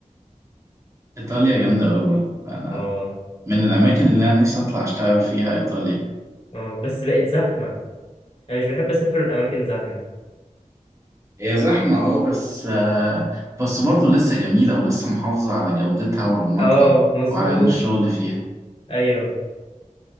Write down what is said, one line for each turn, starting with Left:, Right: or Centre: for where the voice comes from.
Right: <laughs> إيطاليا جامدة أوي برضو أنا
Left: اه
Right: من الأماكن اللي أنا نفسي أطلع أشتغل فيها إيطاليا
Left: اه بس بقت زحمه انا مش بحب اسافر الاماكن زحمه
Right: هي زحمة اه بس آه، بس برضه لسه جميلة ولسه محافظة على جودتها ورونقها
Left: اه مظبوط
Right: وعلى إن الشغل فيها
Left: ايوه